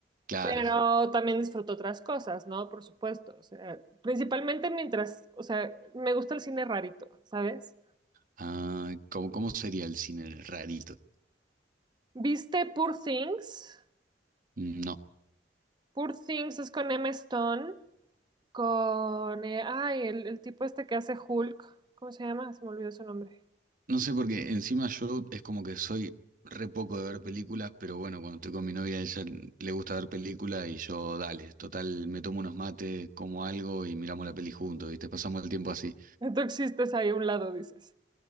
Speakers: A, on the right; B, on the right.
A: Claro.
B: Pero también disfruto otras cosas, ¿no? Por supuesto. O sea, principalmente mientras, o sea, me gusta el cine rarito, ¿sabes?
A: Ah, ¿cómo, cómo sería el cine rarito?
B: ¿Viste Poor Things?
A: No.
B: Poor Things es con Emma Stone, con... eh, ay, el, el tipo este que hace Hulk. ¿Cómo se llama? Se me olvidó su nombre.
A: No sé, porque encima yo es como que soy re poco de ver películas, pero bueno, cuando estoy con mi novia, ella le gusta ver películas y yo, dale, total, me tomo unos mates, como algo y miramos la peli juntos, ¿viste? Pasamos el tiempo así.
B: <laughs> Tú existes ahí a un lado, dices.